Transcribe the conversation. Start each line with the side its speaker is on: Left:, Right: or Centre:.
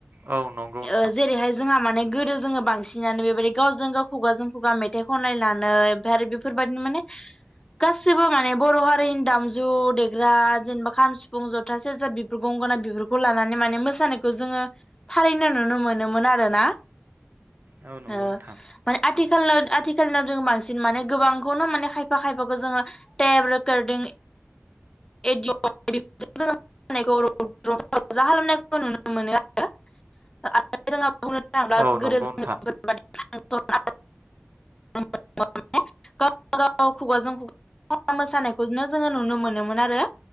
Right: औ नंगौ नोंथां
Left: ओ जेरैहाय जोंहा माने गोदो जोङो बांसिनानो बेबायदि गावजों गाव खुगाजों खुगा मेथाइ खनलायनानै ओमफ्राय आरो बेफोरबायदिनो माने गाससिबो माने बर हारिनि दामजु देग्रा जेनेबा खाम, सिफुं जथा, सेरजा, बिबुर गंगोना बिफोरखौ लानानै माने मोसानायखौ जोङो थारैनो नुनो मोनोमोन आरो ना।
Right: औ नंगौ
Left: ओ
Right: नोंथां
Left: माने आथि खालाव आथिखालनियाव जों बांसिन माने गोबांखौनो माने खायफा खायफाखौ जोङो टेब रेकर्डिं <unintelligible> नुनो मोनो आरो <unintelligible> बुंनो थाङोब्ला गोदो जोङो <unintelligible> <unintelligible>
Right: औ नंगौ नोंथां
Left: खुगाजों‌ खुगा <unintelligible> मोसानायखौनो जोङो नुनो मोनोमोन। मोन आरो